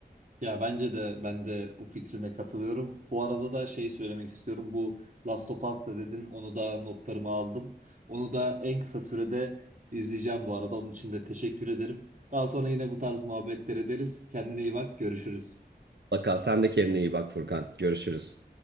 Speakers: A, on the right (about 45°); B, on the right (about 80°).
A: Ya bence de ben de o fikrine katılıyorum. Bu arada da şey söylemek istiyorum. Bu Last of Us'ta dedin. Onu da notlarımı aldım. Onu da en kısa sürede izleyeceğim bu arada. Onun için de teşekkür ederim. Daha sonra yine bu tarz muhabbetler ederiz. Kendine iyi bak. Görüşürüz.
B: Mutlaka sen de kendine iyi bak Furkan. Görüşürüz.